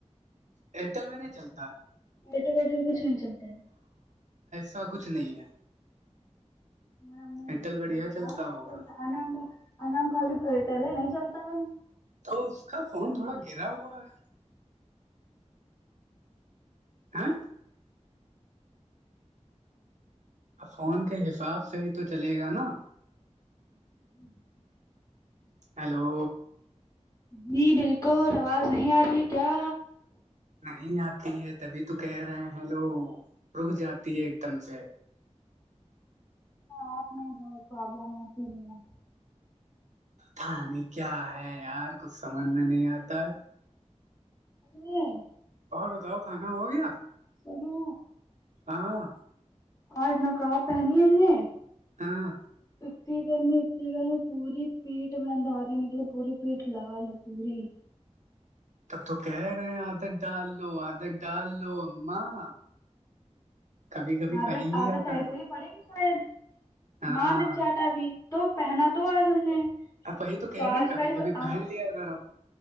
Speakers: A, on the right (about 85°); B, on the left (about 25°).
A: ایئرٹیل میں نہیں چلتا
B: ایئر ٹیل وٹیل کچھ نہیں چلتا ہے
A: کیا کچھ نہیں ہے
B: ہن
A: ایئرٹیل بڑھیا
B: بتا
A: چلتا
B: رہے
A: ہوگا
B: ہیں انم کا بھی تو ایئر ٹیل ہے نہیں چلتا ہے
A: تو اس کا فون تھوڑا گرا ہوا ہے آں فون کے حساب سے ہی تو چلے گا نا
B: ہ <inaudible>
A: ہیلو
B: جی بالکل آواز نہیں آ رہی ہے کیا
A: نہیں آتی ہے تبھی تو کہہ رہے ہیں ہیلو رک جاتی ہے ایک دم سے
B: آپ میں ب پرابلم ایسی ہی ہے
A: کھانے کیا ہے یار کچھ سمجھ میں نہیں آتا
B: نہیں ہے
A: اور بتاؤ کھانا ہو گیا
B: سنو
A: ہاں
B: آج نقاب پہنی ہم نے
A: ہاں
B: اتی گرمی اتی گرمی پوری پیٹ میں اندھارے نکلی پوری پیٹ لال ہے پوری
A: تب تو کہہ رہے ہیں عادت ڈال لو عادت ڈال لو اماں کبھی کبھی
B: عادت
A: پہن لیا
B: عادت
A: کرو
B: ایسے ہی پڑے گی شاید
A: ہاں
B: مار دے چاٹا بھی تو پہنا تو آج ہم نے
A: اپ ہی تو کہہ
B: آج
A: رہے ہیں کبھی
B: کا ہی
A: کبھی
B: ہاں
A: پہن
B: تو
A: لیا کرو